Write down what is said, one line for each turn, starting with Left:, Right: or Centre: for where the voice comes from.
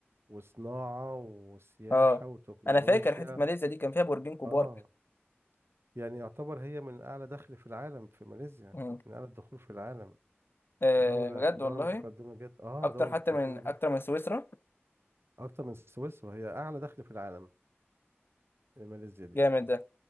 Right: وصناعة وسياحة
Left: اه
Right: وتكنولوجيا
Left: انا فاكر حته ماليزيا دي كان فيها برجين كبار
Right: اه يعني يعتبر هي من أعلى دخل في العالم في ماليزيا
Left: مم.
Right: من أعلى الدخول في العالم
Left: آه
Right: دولة
Left: بجد
Right: دولة
Left: والله
Right: متقدمة جدا اه
Left: اكتر
Right: دولة متقدمة
Left: حتى من
Right: جدا
Left: اكتر من سويسرا
Right: أكتر من سويسرا هي أعلى دخل في العالم ماليزيا دي
Left: جامد